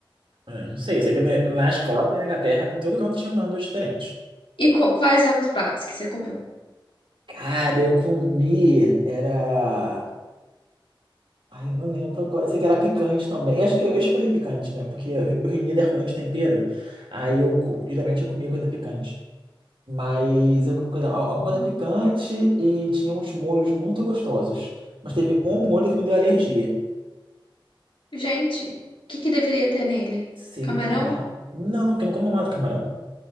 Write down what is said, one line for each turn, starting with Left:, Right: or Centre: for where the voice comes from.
Right: É, não sei, eu sei que na na Escócia e na Inglaterra, em todo canto tinha um Nandos diferente.
Left: E qu- quais eram os pratos que você comeu?
Right: Cara, eu comi. Era. Ai, eu não lembro agora. Eu sei que era picante também. Eu acho que eu escolhi picante, né? Porque o Reino Unido é ruim de tempero. Aí eu, co- geralmente, eu comia coisa picante. Mas eu comi coisa, alguma coisa
Left: Uhum.
Right: picante e tinha uns molhos muito gostosos. Mas teve um molho que me deu alergia.
Left: Gente, o que que deveria ter nele?
Right: Sei
Left: Camarão?
Right: lá. Não, porque eu não como mais camarão.